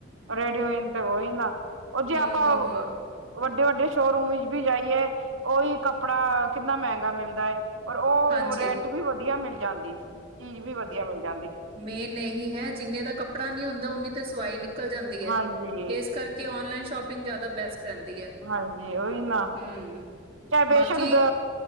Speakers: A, on the right; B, on the right.
A: ਰੇਡੀਮੇਨ ਤੇ ਉਹ ਹੀ ਨਾ ਉਹ ਜੇ
B: ਹੂੰ-ਹੂੰ-ਹੂੰ,
A: ਆਪਾਂ ਵੱਡੇ ਵੱਡੇ ਸ਼ੋਰੂਮ ਵਿੱਚ ਵੀ ਜਾਈਏ, ਉਹੀ ਕੱਪੜਾ ਕਿੰਨਾ ਮਹਿੰਗਾ ਮਿਲਦਾ ਹੈ ਔਰ ਉਹ
B: ਹਾਂਜੀ
A: ਰੈਂਟ ਵੀ ਵਧੀਆ ਮਿਲ ਜਾਂਦੀ, ਚੀਜ਼ ਵੀ ਵਧੀਆ ਮਿਲ ਜਾਂਦੀ।
B: ਮੇ ਨਹੀਂ ਹੈ ਜਿੰਨੇ ਦਾ ਕੱਪੜਾ ਨੀ ਹੁੰਦਾ ਓਨੀ ਤੇ ਸਵਾਈ ਨਿਕਲ ਜਾਂਦੀ ਹੈ
A: ਹਾਂਜੀ
B: ਇਸ ਕਰਕੇ ਔਨਲਾਈਨ ਸ਼ੋਪਿੰਗ ਜ਼ਿਆਦਾ ਬੈਸਟ ਰਹਿੰਦੀ ਹੈ
A: ਹਾਂਜੀ ਓਹੀ ਨਾ,
B: ਹੂੰ
A: ਚਾਹੇ ਬੇਸ਼ੱਕ
B: ਬਾਕੀ
A: ਦ